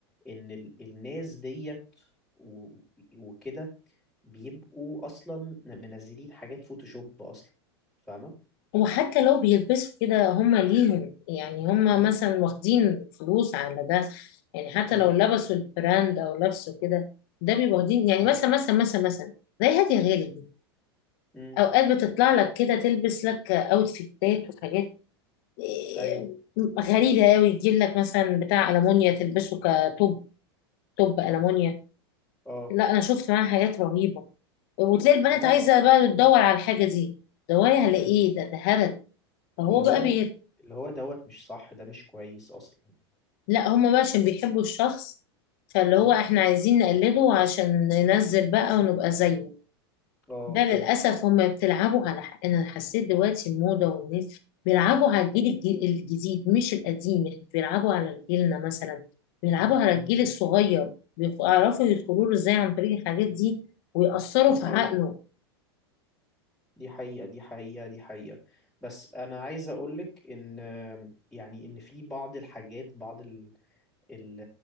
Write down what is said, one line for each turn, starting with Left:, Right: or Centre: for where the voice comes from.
Centre: ان ال- الناس ديت و- وكده بيبقوا اصلا منزلين حاجات فوتوشوب اصلا فاهمه
Left: وحتى لو بيلبسوا كده هم ليهم يعني هم
Centre: امم
Left: مثلا واخدين فلوس على ده يعني حتى
Centre: امم
Left: لو لبسوا البراند او لبسوا كده ده بيبقوا واخدين يعني
Centre: امم
Left: مثلا مثلا مثلا مثلا زي هادية غالب دي
Centre: امم
Left: اوقات بتطلع لك كده تلبس لك اوتفيتات وحاجات إيه،
Centre: ايوه
Left: غريبة قوي تجيب لك مثلا بتاع ألمونيا تلبسه كتوب توب ألمونيا
Centre: اه
Left: لا انا شفت معاها حاجات رهيبة وتلاقي البنات
Centre: لا
Left: عايزة بقى تدور على الحاجة دي دوري على
Centre: امم
Left: ايه ده ده هبل فهو
Centre: اللي
Left: بقى
Centre: هو انت
Left: بي-
Centre: اللي هو دوت مش صح ده مش كويس اصلا
Left: لا هما بقى عشان بيحبوا الشخص فاللي
Centre: امم
Left: هو احنا عايزين نقلده عشان ننزل بقى ونبقى زيه
Centre: اه
Left: ده
Centre: فهمت
Left: للأسف هما بتلعبوا على حق. أنا حسيت دلوقتي الموضة والناس بيلعبوا على الجيل الج- الجديد مش القديم يعني بيلعبوا على جيلنا مثلا بيلعبوا على
Centre: امم
Left: الجيل الصغير بيعرفوا يدخلوا له ازاي عن طريق الحاجات دي ويأثروا
Centre: دي
Left: في
Centre: حقيقة
Left: عقله
Centre: دي حقيقة دي حقيقة دي حقيقة بس أنا عايز أقولك إن يعني إن في بعض الحاجات بعض ال ال